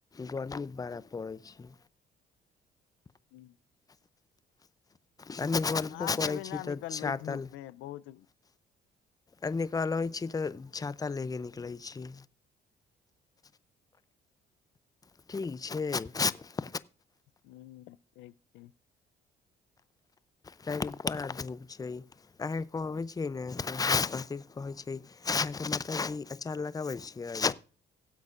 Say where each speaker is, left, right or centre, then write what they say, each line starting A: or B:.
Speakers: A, on the left (about 20°); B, on the left (about 90°).
A: गर्मी बड़ाऽ पड़ै छै
B: हू
A: कनी गलपो
B: अहाँके
A: करै
B: भी न
A: छी
B: निकलबै
A: तऽ छाता
B: धूप मे बहुत
A: आ निकलैत छी तऽ छाता लऽ कऽ निकलैत छी ठीक छै
B: हू ठ छै
A: काहेकि बड़ा धूप छै अहाँके कहबै छियै ने कथि कहै छै अहाँके मतलब कि अचार लगाबैत छियै